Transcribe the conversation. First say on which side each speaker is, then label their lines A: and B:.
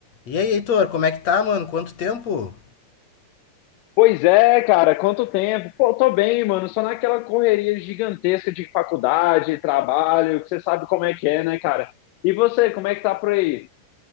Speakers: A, on the left (about 50°); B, on the left (about 85°).
A: E aí, Heitor, como é que tá, mano? Quanto tempo?
B: Pois é, cara, quanto tempo? Pô, tô bem, mano, só naquela correria gigantesca de faculdade, trabalho, que você sabe como é que é, né, cara? E você, como é que tá por aí?